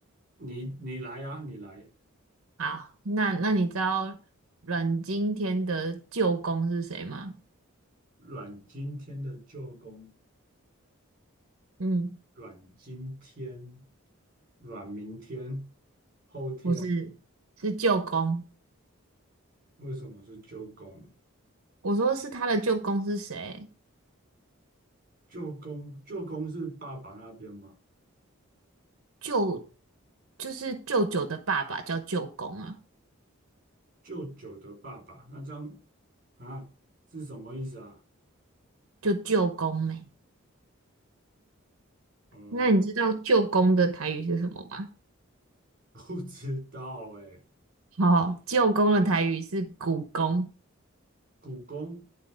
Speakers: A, on the right; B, on the right.
A: 你你来啊，你来，
B: 好，那那你知道阮经天的舅公是谁吗？
A: 阮经天的舅公，
B: 嗯，
A: 阮经天，阮明天，后天，
B: 不是，是舅公。
A: 为什么是舅公？
B: 我说是他的舅公是谁？
A: 舅公，舅公是爸爸那边嘛？
B: 舅就是舅舅的爸爸叫舅公啊，
A: 舅舅的爸爸，那张啊是什么意思啊？
B: 就舅公妹。
A: 呃，
B: 那你知道舅公的台语是什么吗？
A: <laughs> 不知道哎。
B: <laughs> 哦，舅公的台语是古公
A: 股肱，